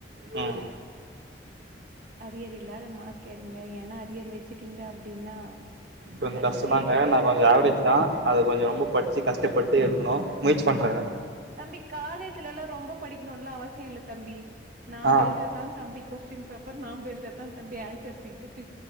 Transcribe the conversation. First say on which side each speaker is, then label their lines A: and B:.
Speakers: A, on the right; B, on the right.
A: ம்
B: அரியர் இல்லாத மார்க் எடுங்க ஏன்னா அரியர் வச்சுட்டீங்க அப்டின்னா
A: கொஞ்சொ
B: கடைசி
A: கஷ்ட தாங்க
B: வரையு
A: நா
B: அது
A: கொஞ்சொ
B: கஷ்டமாயிரு
A: ஆவ்ரேஜ் தா அது கொஞ்சோ ரொம்ப படிச்சி கஷ்டப்பட்டு எடுக்கணு முயற்சி பண்றேங்க
B: தம் தம்பி காலேஜ்ல எல்லா ரொம்ப படிக்கணுன்லா அவசிய இல்ல தம்பி நாம்பெல்தர்
A: ஆ
B: தா தம்பி கொஸ்டின் பேப்பர் நாம்பெல்தர் தா தம்பி ஆன்சர் சீட்டு